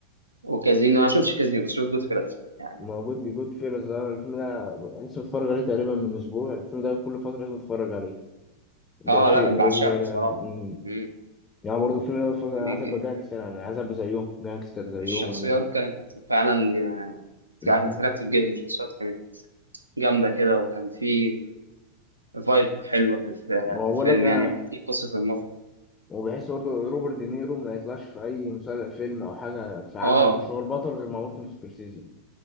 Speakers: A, on the right; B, on the left.
A: وكازينو انا ما شفتش كازينو بس شفت جود فيلس يعني
B: موجود دي جود فيلز انا الفيلم ده لسه متفرج عليه تقريبا من اسبوع الفيلم ده كل فتره لازم اتفرج عليه ده
A: اه
B: شيء
A: لا بعشقه
B: اجباري
A: بصراحه
B: عندي أمم.
A: مم.
B: يعني برضه الفيلم ده بتفرج
A: يعني
B: انا عايز ابقى جانجستر يعني عايز ابقى زيهم جانجستر زيهم
A: الشخصيات
B: و...
A: كانت فعلا كانت
B: أمم.
A: اتراكتيف جدا الشخصيات كانت جامدة كده وكان في فايب حلوة في الف-
B: واقول
A: في الفيلم
B: لك انا
A: يعني بيحكي قصة النصر
B: وبحس برضه روبرت دينيرو ما يطلعش في اي مسلسل فيلم او حاجه في عمل
A: اه
B: مش هو البطل غير مع مارتن سكورسيزي